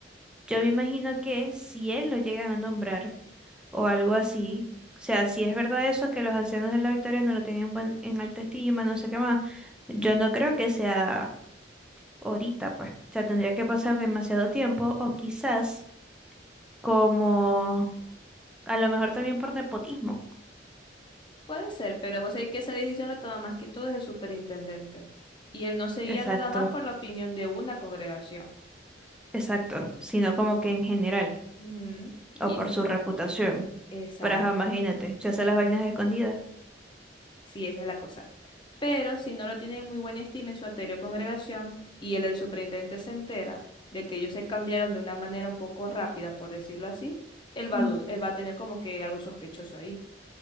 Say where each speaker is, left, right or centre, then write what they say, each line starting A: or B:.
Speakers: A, in the centre; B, on the left (about 25°).
A: yo me imagino que si él lo llegan a nombrar o algo así, o sea, si es verdad eso, que los ancianos de la Victoria no lo tenían buen- en alta estima, no sé qué más, yo no creo que sea ahorita, pues. O sea, tendría que pasar demasiado tiempo o quizás como a lo mejor también por nepotismo.
B: puede ser, pero vos sabés que esa decisión la toma más que todo es el superintendente. Y él no se guía
A: Exacto,
B: nada más por la opinión de una congregación.
A: exacto, sino como que en general.
B: Ujú.
A: o
B: Y
A: por
B: sí,
A: su reputación.
B: exacto.
A: Pero ajá, imagínate, se hace las vainas escondidas.
B: Sí, esa es la cosa. Pero si no lo tienen en muy buena estima en su anterior congregación y él, el superintendente, se entera de que ellos se cambiaron de una manera un poco rápida, por decirlo así, él va
A: Mm,
B: a, du- él va a tener como que algo sospechoso ahí